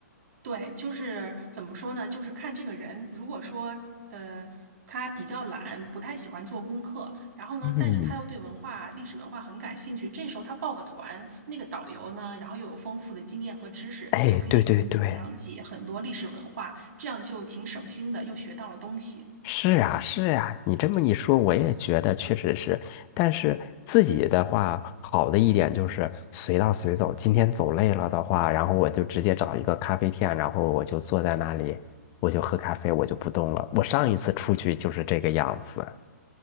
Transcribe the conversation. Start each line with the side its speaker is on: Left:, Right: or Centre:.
Right: 对，就是怎么说呢？就是看这个人，如果说呃他比较懒，不太喜欢做功课，然后呢，
Left: 嗯，
Right: 但是他又对文化、历史文化很感兴趣，这时候他报个团，那个导游呢，然后又有丰富的经验和知识，
Left: 哎，
Right: 就可以给你讲解很多历史文化，
Left: 对对对，
Right: 这样就挺省心的，又学到了东西。
Left: 是呀，是呀，你这么一说，我也觉得确实是。但是自己的话，好的一点就是随到随走。今天走累了的话，然后我就直接找一个咖啡店，然后我就坐在那里，我就喝咖啡，我就不动了。我上一次出去就是这个样子。